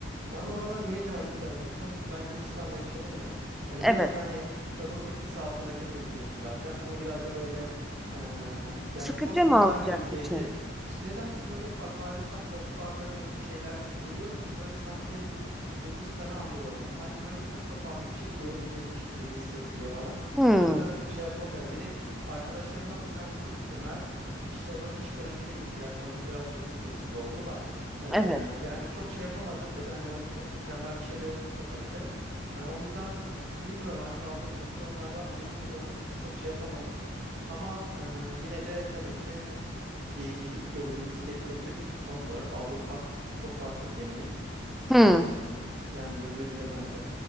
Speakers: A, on the right; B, in the centre.
A: Bana oralar niye cazip gelmiyor biliyor musun? Ben Gürcistan'da yaşadım ya. Hani
B: Evet.
A: biraz da hani Rus etkisi altındaki bir ülkeydi zaten. Hani biraz da böyle e, yani
B: Sıkıcı
A: postmodern
B: mı olacak
A: bir ülkeydi.
B: düşün?
A: İşte nedense böyle pa- paylaşılan postlarda gö- şeylerde bir görüyorum ki böyle sanki Gürcistan'ı andırıyor bana. Sanki böyle çok da farklı bir şey görmeyecekmişim gibi hissettiriyor bana.
B: Hmm,
A: O yüzden çok şey yapamıyorum. Bir de arkadaşlarımdan bir tanesi gitti Mert. İşte o da kış döneminde gitti. Gerçi onunki biraz kötü bir tecrübe oldu da. Ee,
B: evet.
A: yani çok şey yapamadı dedi. Hani böyle çok mükemmel bir şey de yok Mustafa dedi. Hani o yüzden bilmiyorum artık aldığım kötü yorumlardan mı ne bilmiyorum. Çok şey yapamadım. Ama e, yine de tabii ki bir gidip görülmesi gerekebilir. Çünkü sonuç olarak Avrupa çok farklı bir deneyim.
B: Hmm.
A: Ee, yani görülebilir bence.